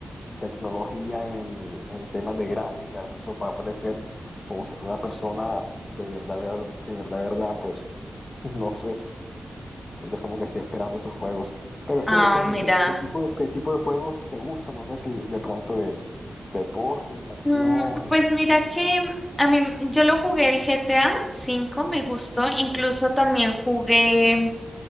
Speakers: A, on the left (about 40°); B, on the left (about 20°).
A: tecnología en, en temas de gráficas, eso para parecer como si fuera una persona de verdad, ver- de verdad, verdad, pues <laughs> no sé, Entonces como que estoy esperando esos juegos. Pero es
B: ah,
A: que depende
B: mira.
A: qué, qué tipo, qué tipo de juegos te gustan. No sé si de pronto de deportes, acción.
B: Mm, pues mira que a mí, yo lo jugué el GTA V, me gustó. Incluso también jugué